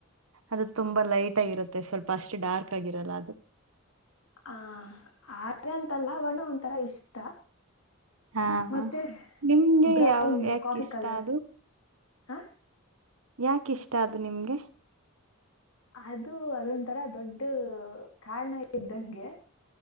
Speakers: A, on the right; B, on the left.
A: ಅದು ತುಂಬಾ ಲೈಟ್ ಆಗಿರುತ್ತೆ ಸ್ವಲ್ಪ ಅಷ್ಟು ಡಾರ್ಕ್ ಆಗಿರಲ್ಲ ಅದು
B: ಆ ಆದಂತಲ್ಲ ಬಣ್ಣ ಒಂಥರ ಇಷ್ಟ
A: ಹಾ
B: ಮತ್ತೆ
A: ನಿಮ್ಗೆ
B: ಬ್ರೌನ್
A: ಯಾವ ಯಾಕೆ
B: ಕಾಫಿ
A: ಇಷ್ಟ
B: ಕಲರ್
A: ಅದು
B: ಹಾ
A: ಯಾಕಿಷ್ಟ ಅದು ನಿಮ್ಗೆ
B: ಅದು ಅದೊಂತರ ದೊಡ್ಡ ಕಾರಣ ಇದ್ದಂಗೆ